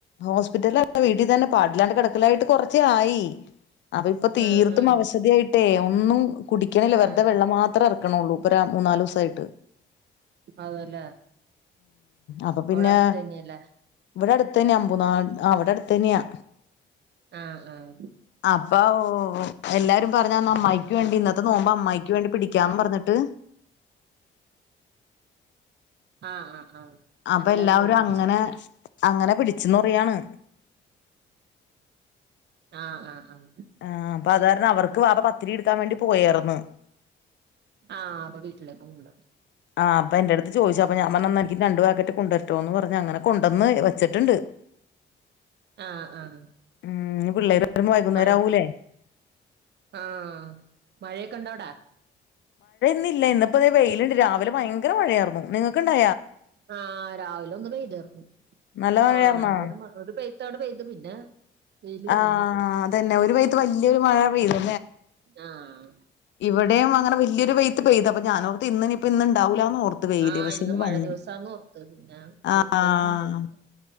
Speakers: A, on the left (about 65°); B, on the right (about 60°).
A: ഹോസ്പിറ്റലല്ല വീട്ടിൽ തന്നെ പാടില്ലാണ്ട് കിടക്കലായിട്ട് കുറച്ച ആയി അപ്പ ഇപ്പ തീർത്തും
B: ആഹ് ആഹ്
A: അവശധായിട്ടേ ഒന്നും കുടിക്കണില്ലേ
B: ആഹ്
A: വെറുതെ വെള്ളം മാത്രമ ഇറക്കണള്ളൂ ഇപ്പൊ മൂന്നാല് ദിവസയിട്ട്
B: അതല്ലേ
A: അപ്പൊ
B: അവിടെ
A: പിന്നെ
B: അടുത്ത തന്നെയല്ലേ
A: ഇവിടെ അടുത്ത തന്നെയാ അമ്പുനാട് അവവിടെ അടുത്ത തന്നെയാ
B: ആഹ് ആഹ്
A: അപ്പൊ എല്ലാരും പറഞ്ഞന്ന് അമ്മായിക്ക് വേണ്ടി ഇന്നത്തെ നോമ്പ അമ്മായിക്ക് വേണ്ടി പിടിക്കാന്ന് പറഞ്ഞിട്ട്
B: ആഹ് ആഹ് ആഹ് അങ്ങനെ
A: അപ്പൊ
B: എല്ലാരും
A: എല്ലാവരും
B: നോമ്പ് പിടിച്ചല്ലേ
A: അങ്ങനെ അങ്ങനെ പിടിച്ചന്ന് പറിയാണ്
B: ആഹ് ആഹ് ആഹ്
A: ആഹ് അപ്പൊ അത്കാരണം അവർക്ക് പപ്പ പത്തിരി എടുക്കാൻ വേണ്ടി പോയർന്ന്
B: ആഹ അപ്പൊ വീട്ടിലേക്കുംണ്ട
A: ആഹ് അപ്പ എന്റെ അടുത്ത് ചോദിച്ച അപ്പ ഞാ പറ എനിക്ക് രണ്ട ഭാഗട്ട കൊണ്ടുവരറ്റോ എന്ന് പറഞ്ഞഞ് അങ്ങനെ കൊണ്ടന്ന് വച്ചിട്ടുണ്ട്
B: ആഹ് ആഹ്
A: ഉം നി പിള്ളേർ വരുമ്പോ വൈകുന്നേരം
B: മഴ
A: ആവൂലേ
B: ആഹ് മഴയൊക്കെ ഉണ്ട അവിടെ
A: ഇപ്പോ ല്ലാ അത വെയിലുണ്ട് രാവിലെ ഭയങ്കര മഴയായിരുന്നു നിങ്ങൾക്ക്ണ്ടാ
B: ആഹ രാവിലെ ഒന്ന് പെയതേർന്നു
A: നല്ല മഴയാർന്നാ
B: ആഹ് നല്ലൊരു പെയ ത്തോടെ പെയത് പിന്നെ വെയില് തെളിഞ്ഞ്
A: ആഹ് അതന്നെ ഒരു പെയത്ത് വലിയൊരു മഴ പെയ്തു
B: ആഹ്
A: ഇവിടെയും അങ്ങനെ വലിയൊരു പെയ്ത്ത് പെയ്ത് അപ്പൊ ഞാനോർത്ത് ഇന്ന ഇപ്പോ ഇന്ന ഉണ്ടാവ ഓർത്ത് വെയിൽ
B: ആഹ്
A: പക്ഷെ ഇന്ന്
B: മഴ
A: വന്നു
B: ദിവസാന്ന് ഓർത്ത് പിന്നെ ഉച്ചയായപ്പത്തേക്കും
A: ആഹ
B: വെയില് വന്നു.